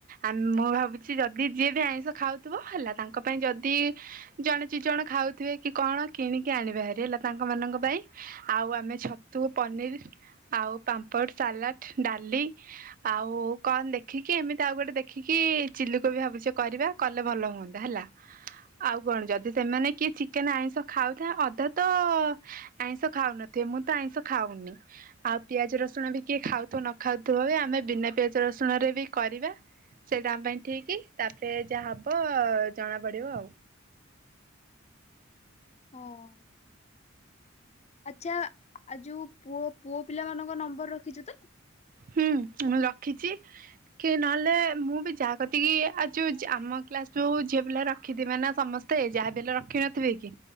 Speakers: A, on the right; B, on the left.
A: ଆମ୍ ମୁଁ ଭାବୁଛି ଯଦି ଯିଏ ବି ଆଇଁଷ ଖାଉଥିବ ହେଲା ତାଙ୍କ ପାଇଁ ଯଦି-ଇ-ଇ ଜଣେ ଚି ଜଣ ଖାଉଥିବେ କି କଣ କିଣିକି ଆଣିବେ ହାରି ହେଲା ତାଙ୍କ ମାନଙ୍କ ପାଇଁ। ଆଉ ଆମେ ଛତୁ, ପନିର, ଆଉ ପାମ୍ପଡ଼, ସାଲାଡ଼ ଡାଲି ଆଉ-ଉ-ଉ କଣ ଦେଖିକି ଏମିତି ଆଉ ଗୋଟେ ଦେଖିକି-ଇ-ଇ ଚିଲି କୋବି ଭାବୁଛି କରିବା କଲେ ଭଲ ହୁଅନ୍ତା ହେଲା। ଆଉ କଣ ଯଦି ସେମାନେ କିଏ ଚିକେନ ଆଇଁଷ ଖାଉଥାଏ ଅଧା ତ-ଅ-ଅ-ଅ ଆଇଁଷ ଖାଉନଥିବେ ମୁଁ ତ ଆଇଁଷ ଖାଉନି ଆଉ ପିଆଜ, ରସୁଣ ବି କିଏ ଖାଉଥ ନ ଖାଉଥୁବ ବି ଆମେ ବିନା ପିଆଜ ରସୁଣ ରେ ବି କରିବା। ସେଇଟା ଆମ ପାଇଁ ଠିକ ତାପରେ ଯାହା ହବ-ଅ-ଅ-ଅ ଜଣା ପଡିବ।
B: ହଁ। ଆଚ୍ଛା ଆ ଯୋଉ ପୁଅ ପୁଅ ପିଲାମାନାନଙ୍କ ନମ୍ବର ରଖିଛୁ ତ?
A: ହୁଁ ମୁଁ ରଖିଛି। କି ନହେଲେ ମୁଁ ବି ଯାହା କତିକିି ଆ ଯୋଉ ଆମ କ୍ଲାସ ଯୋଉ ଝିଅ ପିଲା ରଖିଥିବେ ନା ସମ ତେ ଯାହା ବି ହେଲେ ରଖିନଥିବେ କି